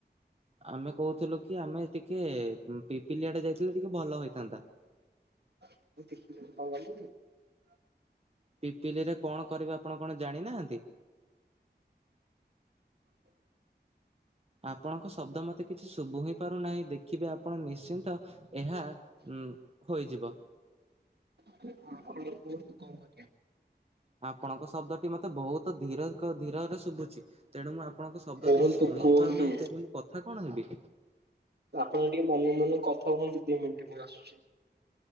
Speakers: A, on the right; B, on the right.
A: ଆମେ କହୁଥିଲୁ କି ଆମେ ଟିକେ ପିପିଲିଆଡେ ଯାଇଥିଲେ ଟିକେ ଭଲ ହେଇଥାନ୍ତା।
B: ମୁଁ କଣ କଇଲ କି?
A: ପିପିଲିରେ କଣ କରିବେ ଆପଣ କଣ ଜାଣିନାହାନ୍ତି? ଆପଣଙ୍କ ଶବ୍ଦ ମୋତେ କିଛି ଶୁଭୁ ହିଁ ପାରୁନାହିଁ। ଦେଖିବେ ଆପଣ ନିଶ୍ଚିନ୍ତ ଏହା ଉଁ ହୋଇଯିବ।
B: ହଁ ଆପଣ କୁହନ୍ତୁ କଣ କରିବା?
A: ଆପଣଙ୍କ ଶବ୍ଦଟି ମତେ ବହୁତ ଧୀର ଧୀରରେ ଶୁଭୁଚି। ତେଣୁ ମୁଁ ଆପଣଙ୍କ ଶବ୍ଦ
B: କୁହନ୍ତୁ
A: କିଛି ଶୁଣି
B: କୁହନ୍ତୁ
A: ହିଁ ପାରୁନାହିଁ। ତେବେ ମୁଁ କଥା କଣ ହେବି?
B: ଆପଣ ଟିକେ ମନକୁ ମନକୁ କଥା ହୁଅନ୍ତୁ ଦି ମିନିଟ ମୁଁ ଆସୁଚି।